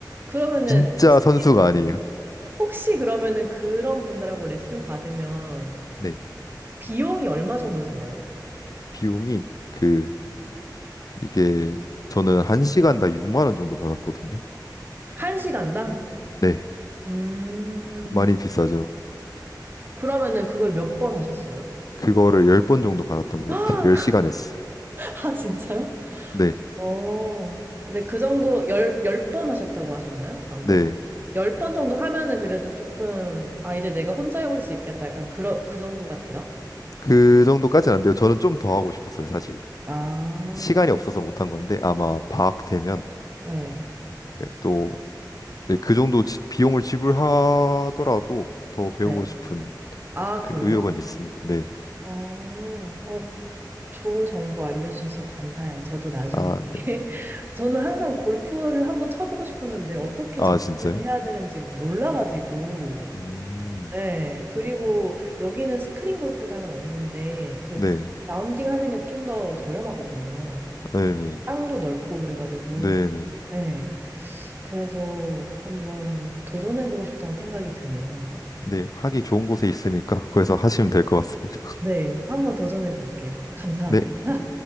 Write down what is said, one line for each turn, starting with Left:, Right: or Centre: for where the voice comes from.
Right: 그러면은
Left: 진짜
Right: 혹시,
Left: 선수가 아니에요.
Right: 혹시 그러면은 그런 분들하고 레슨 받으면
Left: 네,
Right: 비용이 얼마 정도 들어요?
Left: 비용이 그 이게 저는 한 시간당 6만 원 정도 받았거든요.
Right: 한 시간당?
Left: 네,
Right: 음,
Left: 많이 비싸죠.
Right: 그러면은 그걸 몇 번 하셨어요?
Left: 그거를 10번 정도 받았던 것
Right: <gasps>
Left: 같아요. 10시간 했어요.
Right: <laughs> 아, 진짜요?
Left: 네,
Right: 어, 근데 그 정도 열, 열 번 하셨다고 하셨나요? 방금?
Left: 네,
Right: 열 번 정도 하면은 그래도 조금, 아, 이제 내가 혼자 해볼 수 있겠다. 약간 그러, 그 정도가 돼요?
Left: 그 정도까지는 안 돼요. 저는 좀 더 하고 싶었어요, 사실.
Right: 아,
Left: 시간이 없어서 못한 건데 아마 방학 되면
Right: 네.
Left: 또 그 정도 지- 비용을 지불하더라도 더 배우고
Right: 네.
Left: 싶은
Right: 아, 그래요?
Left: 그 의욕은 있습니다. 네.
Right: 어, 어, 좋은 정보 알려주셔서 감사해요. 저도 나중에.
Left: 아,
Right: <laughs>
Left: 네.
Right: 저는 항상 골프를 한번 쳐보고 싶었는데 어떻게
Left: 아,
Right: 접근을
Left: 진짜요?
Right: 해야 되는지 몰라가지고.
Left: 음.
Right: 네, 그리고 여기는 스크린 골프장은 없는데 그,
Left: 네.
Right: 그 라운딩 하는 게 좀 더 저렴하거든요.
Left: 네, 네.
Right: 땅도 넓고 그래가지고
Left: 네, 네.
Right: 네, 그래서 한번 도전해보고 싶다는 생각이 드네요, 한번.
Left: 네. 하기 좋은 곳에 있으니까 <laughs> 거기서 하시면 될 것 같습니다. <laughs>
Right: 네, 한번 도전해볼게요. <laughs> 감사합니다.
Left: 네.